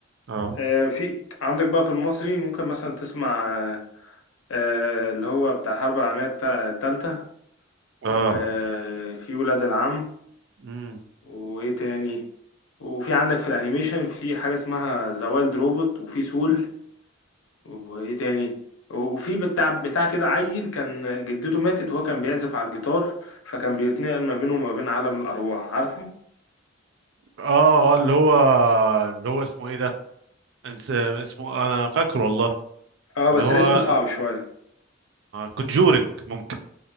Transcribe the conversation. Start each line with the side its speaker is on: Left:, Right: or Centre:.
Right: اه
Left: آه، في عندك بقى في المصري ممكن مثلا تسمع آه، آه، اللي هو بتاع الحرب العالمية التا- التالتة
Right: اه
Left: وفي ولاد العم
Right: امم
Left: وإيه تاني وفي عندك في الأنيميشن في حاجة اسمها ذا وايلد روبوت وفي سول وايه تاني و- وفي بتاع بتاع كده عيل كان جدته ماتت وهو كان بيعزف على الجيتار فكان بيتنقل ما بينه وما بين عالم الارواح عارفه
Right: اه اه اللي هو اللي هو اسمه ايه ده انس... اسمه انا فاكره والله
Left: اه بس
Right: اللي هو
Left: الاسم صعب شويه
Right: كونجورينج ممكن